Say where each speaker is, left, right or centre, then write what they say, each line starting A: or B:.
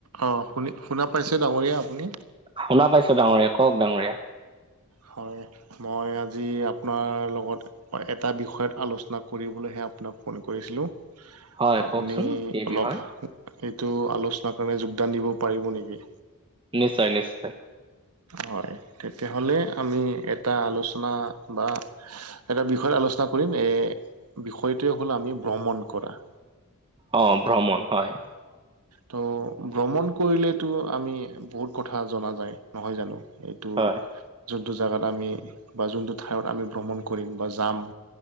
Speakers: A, on the right; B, on the right.
A: অ শুনা পাইছে ডাঙৰীয়া, আপুনি।
B: শুনা পাইছো ডাৰীয়া। কওঁক ডাঙৰীয়া।
A: হয় মই আজি আপোনাৰ লগত এটা বিষয়ত আলোচনা কৰিবলৈহে আপোনাক ফোন কৰিছিলো।
B: হয়
A: আপুনি
B: কওকচোন কি বিষয়
A: অলপ এইটো আলোচনাৰ কাৰণে যোগদান দিব পাৰিব নেকি?
B: নিশ্চয় নিশ্চয়।
A: হয় তেতিয়াহলে আমি এটা আলোচনা বা। এটা বিষয়ত আলোচনা কৰিম এ বিষয়টোৱে হ'ল আমি ভ্ৰমণ কৰা।
B: অ', ভ্ৰমণ হয়।
A: ত' ভ্ৰমণ কৰিলেতো আমি বহুত কথা জনা যায় নহয় জানো। এইটো
B: হয়
A: যোনটো জোগাত আমি বা যোনটো ঠাইত আমি ভ্ৰমণ, কৰিম বা যাম।